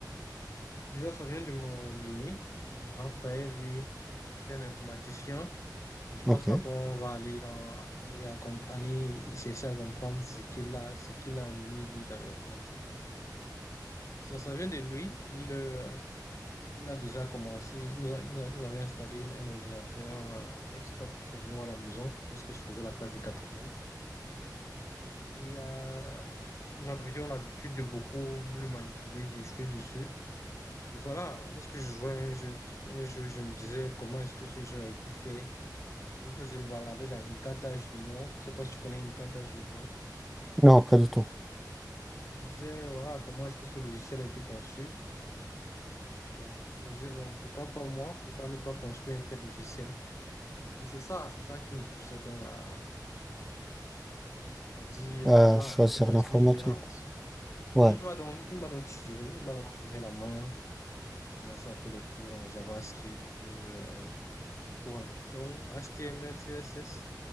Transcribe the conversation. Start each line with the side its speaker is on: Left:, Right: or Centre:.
Left: Disons, ça vient de mon aîné, mon grand frère, lui, c'est un informaticien. Et je
Centre: Ok.
Left: pense pas qu'on va aller dans, aller, à com- aller essayer à comprendre ce qu'il a, ce qu'il a amené, lui, dans l'informatique. Donc, ça vient de lui. Il, euh, il a déjà commencé. Il nous, a- il nous a- il nous avait installé un, un ordinateur euh, desktop chez nous à la maison lorsque je faisais la classe des quatrièmes. Et euh, nous avions l'habitude de beaucoup le manipuler, de jouer dessus. Et voilà, lorsque je jouais à un jeu, un jeu, je me disais comment est-ce que ce jeu a été fait. Lorsque je me baladais dans Inkata Junior, je sais pas si tu connais Inkata Junior,
Centre: Non, pas du tout.
Left: je me disais, voilà, comment est-ce que ce logiciel a été conçu. Ok. Je me disais, donc, pourquoi pas moi? Pourquoi ne pas construire un tel logiciel? Et c'est ça, c'est ça qui me poussait donc à, à dire,
Centre: Euh,
Left: voilà,
Centre: choisir
Left: comment
Centre: l'informatique.
Left: est-ce que je m'y lance.
Centre: Ouais,
Left: Et il m'a donc, il m'a donc tiré, il m'a donc tiré la main. J'ai commencé à faire des cours en JavaScript, euh, des cours en Python, HTML, CSS.